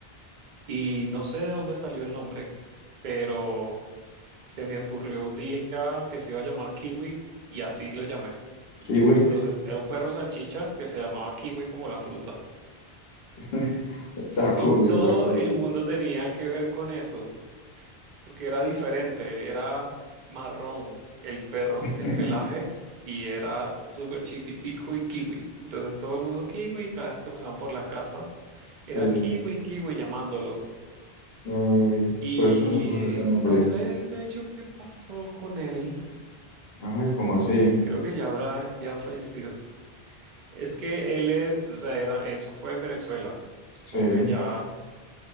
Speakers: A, on the right (about 55°); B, on the left (about 70°).
A: Y no sé de dónde salió el nombre, pero se me ocurrió un día que se iba a llamar Kiwi y así lo llamé.
B: Kiwi.
A: Entonces era un perro salchicha que se llamaba Kiwi como la fruta.
B: <laughs> Está
A: Y
B: cool, está
A: todo
B: cool.
A: el mundo tenía que ver con eso. porque era diferente, era marrón el perro,
B: <laughs>
A: el pelaje, y era súper chiquitico y kiwi. Entonces todo el mundo kiwi, cada vez que pasaban por la casa, era
B: Sí,
A: kiwi, kiwi llamándolo.
B: ay,
A: Y
B: pero está muy bueno ese nombre.
A: no sé de hecho qué pasó con él,
B: Ay, ¿cómo así?
A: creo que ya habrá, ya ha fallecido. Es que él es- o sea, era eso, fue en Venezuela, supongo
B: Sí.
A: que ya,